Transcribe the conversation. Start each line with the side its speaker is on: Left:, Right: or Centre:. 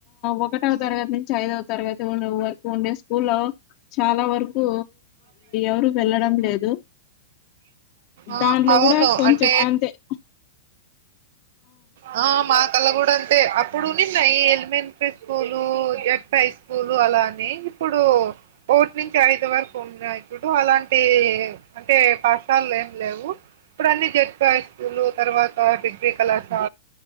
Left: ఒకటవ తరగతి నుంచి ఐదవ తరగతి వరకు ఉండే కొన్ని స్కూల్లో చాలా వరకు ఎవరు వెళ్ళడం లేదు
Right: ఆ!
Left: దానిలో
Right: అవును.
Left: కూడా కొంచెం
Right: అంటే
Left: అంతే హ
Right: ఆ మా కల్లా కూడా అంతే అప్పుడన్నా సైన్ పిట్ స్కూలు జడ్పి హై స్కూలు అలాని ఇప్పుడు కోఓట్ నుంచి ఐదు వరకు ఉన్న ఇప్పుడు అలాంటి అంటే పాఠాలు ఏం లేవు ఇప్పుడు అన్ని జడ్ హై స్కూల్ తర్వాత డిగ్రీ కలాస్